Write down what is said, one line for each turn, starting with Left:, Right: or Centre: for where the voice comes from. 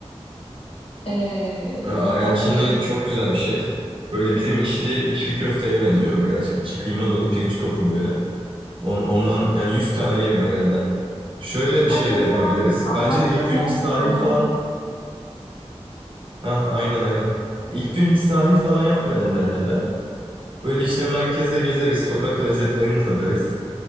Left: eee,
Right: Ya, Arancini
Left: onları yeriz.
Right: çok güzel bir şey. Böyle bizim içli içli köfteye benziyor birazcık. İçi kıyma dolu pirinç topu böyle. On, ondan yani 100 tane yerim herhalde. Şöyle
Left: Ha
Right: bir şey
Left: geçen
Right: de yapabiliriz.
Left: anlattığın
Right: Bence de ilk gün
Left: oydu
Right: hiç sahil
Left: tamam.
Right: falan... Hah aynen aynen. İlk gün hiç sahil falan yapmayalım bence de. Böyle işte merkezde gezeriz, sokak lezzetlerini tadarız.